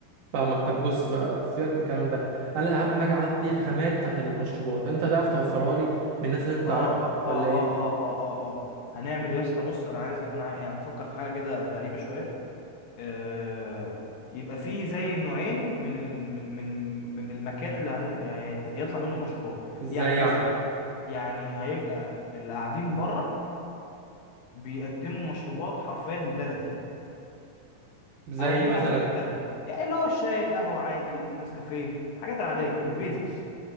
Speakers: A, on the right; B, on the left.
A: فاهمك طب بص بقى سيبك من الكلام ده انا اهم حاجة عندي الخامات بتاعت المشروبات انت هتعرف توفرها لي من الناس اللي انت
B: اه
A: تعرفها
B: اه
A: ولا
B: اه
A: ايه
B: اه اه اه اه هنعمل يا اسطى بص انا عايز انا عاي- يعني بفكر في حاجه كده غريبه شويه آه، يبقى فيه زي نوعين من ال... من من من المكان اللي هن... يعني هيت- يطلع منه المشروبات
A: ازاي
B: يعني مثلا
A: يعني
B: يعني هيبقى اللي قاعدين بره بيقدموا مشروبات حرفيا البلدي
A: زي
B: او معظم
A: مثلا
B: البلدي يعني اللي هو الشاي القهوه عادي النسكافيه الحاجات العاديه البيزكس